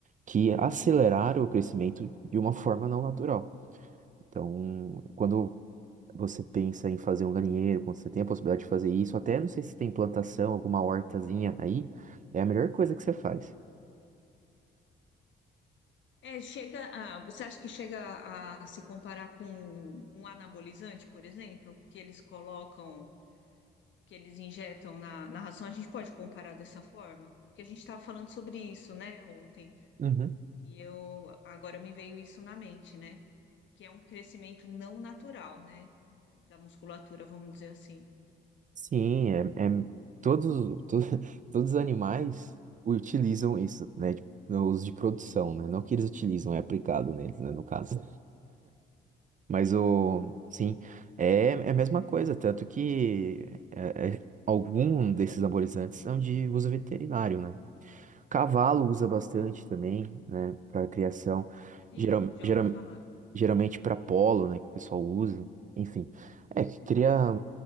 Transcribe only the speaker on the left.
É, chega a- você acha que chega a se comparar com um anabolizante, por exemplo, que eles colocam, que eles injetam na, na ração? A gente pode comparar dessa forma? Porque a gente estava falando sobre isso, né, ontem.
E eu agora me veio isso na mente, né? que é um crescimento não natural, né? Da musculatura, vamos dizer assim.
Sim,
já
ouvi falar.